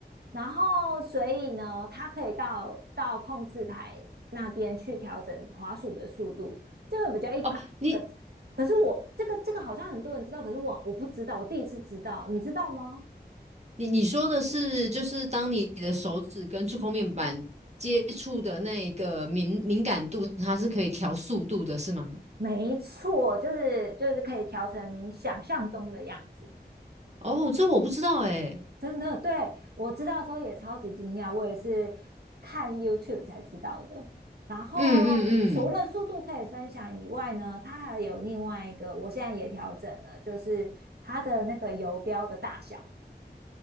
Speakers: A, on the right; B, on the right.
A: 然后所以呢，它可以到到控制台那边去调整滑鼠的速度，这个比较一般。
B: 哦，你
A: 可是可是我这个这个好像很多人知道，可是我我不知道，我第一次知道，你知道吗？
B: 你你说的是就是当你的手指跟触控面板接触的那个敏敏感度，它是可以调速度的，是吗？
A: 没错，就是就是可以调成你想象中的样子。
B: 哦，这我不知道哎。
A: 真的，对，我知道的时候也超级惊讶，我也是看 YouTube 才知道的。然后除了速度可以分享以外呢，
B: 嗯嗯嗯，
A: 它还有另外一个，我现在也调整了，就是它的那个游标的大小。